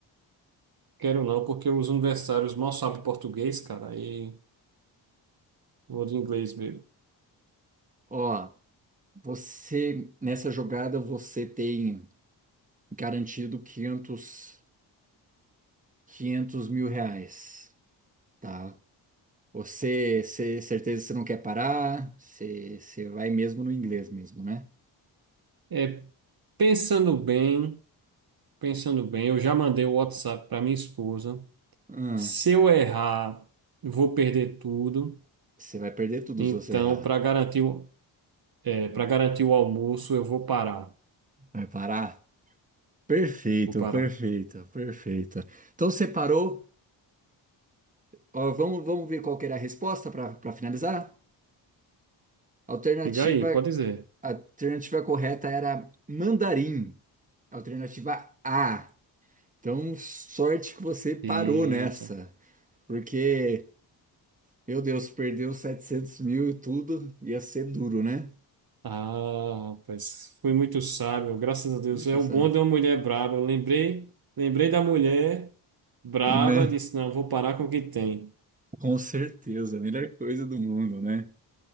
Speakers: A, on the right; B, on the right.
A: Quero não, porque os universitários mal sabem português, cara, aí vou de inglês mesmo.
B: Ó, Você, nessa jogada, você tem garantido 500 500 mil reais, tá? Você, cê- certeza que você não quer parar, você, você vai mesmo no inglês mesmo, né?
A: É, pensando bem, pensando bem, eu já mandei o WhatsApp para minha esposa.
B: Ah,
A: Se eu errar, eu vou perder tudo.
B: você vai perder tudo
A: Então,
B: se você errar.
A: para garantir, o- é, para garantir o almoço, eu vou parar.
B: Vai parar? Perfeito,
A: Vou parar.
B: perfeito, perfeito. Então, você parou. Ó, vamos, vamos ver qual que era a resposta para finalizar? Alternativa,
A: Diga aí, pode dizer.
B: a alternativa correta era mandarim. Alternativa A. Então, sorte que você parou
A: Eita.
B: nessa, porque, meu Deus, perdeu setecentos mil e tudo, ia ser duro, né?
A: Ah, rapaz, fui muito sábio, graças a Deus.
B: Muito
A: É
B: essa...
A: o bom de uma mulher braba. Eu lembrei, lembrei da mulher braba,
B: Né?
A: disse, não, vou parar com o que tem.
B: Com certeza, a melhor coisa do mundo, né?